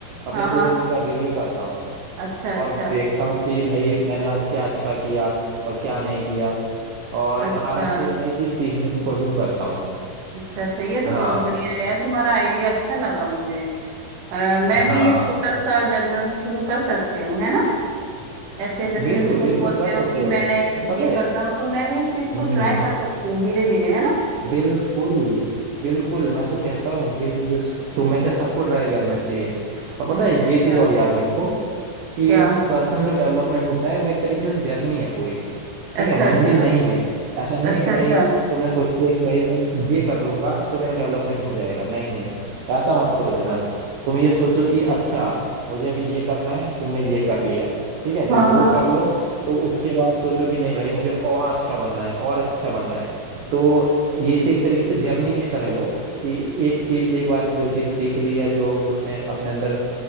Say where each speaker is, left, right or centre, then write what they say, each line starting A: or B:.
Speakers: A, on the right (about 70°); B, on the right (about 50°).
A: अपने
B: हाँ
A: पूरे
B: हाँ
A: दिन का रिव्यू करता हूँ
B: अच्छा अच्छा
A: और देखता हूँ कि भाई मैंने आज क्या अच्छा किया और क्या नहीं किया और
B: अच्छा
A: हर हफ्ते एक नई चीज़ सीखने की कोशिश करता हूँ
B: अच्छा अच्छा ये तो
A: हाँ
B: बहुत बढ़िया है यार तुम्हारा आइडिया अच्छा लगा मुझे अ, मैं भी
A: हाँ
B: एक छोटा सा जर्नल शुरू कर सकती हूँ है ना ऐसे जैसे
A: बिल्कुल
B: जैसे तुम
A: बिल्कुल
B: बोलते
A: कर
B: हो
A: सकते
B: कि
A: हो
B: मैंने
A: और पता
B: ये
A: है
B: करता हूँ तो मैं भी इस चीज
A: हम्म
B: को ट्राई कर सकती हूँ धीरे धीरे है ना
A: बिल्कुल बिल्कुल मैं तो कहता हूँ कि ये तुम्हें क्या सबको ट्राई करना चाहिए और पता
B: अच्छा
A: है
B: अच्छा
A: ये चीज और याद रखो कि
B: क्या
A: पर्सनल जो डेवलपमेंट होता है वो एक तरीके से जर्नी है पूरी ठीक
B: अच्छा
A: है मंजिल
B: अच्छा
A: नहीं है ऐसा नहीं
B: अच्छा
A: है कि भाई
B: अच्छा
A: तुमने सोच लिया कि भाई मैं ये कर लूंगा तो मेरा डेवलपमेंट हो जाएगा नहीं नहीं ऐसा मत सोचना तुम ये सोचो कि अच्छा मुझे अभी ये करना है तुमने ये कर लिया ठीक है जब
B: हाँ हाँ
A: वो कर लो तो उसके बाद सोचो कि नहीं भाई मुझे और अच्छा बनना है और अच्छा बनना है तो ये से एक तरीके से जर्नी की तरह लो कि एक चीज एक बार जो चीज सीख ली या जो तुमने अपने अंदर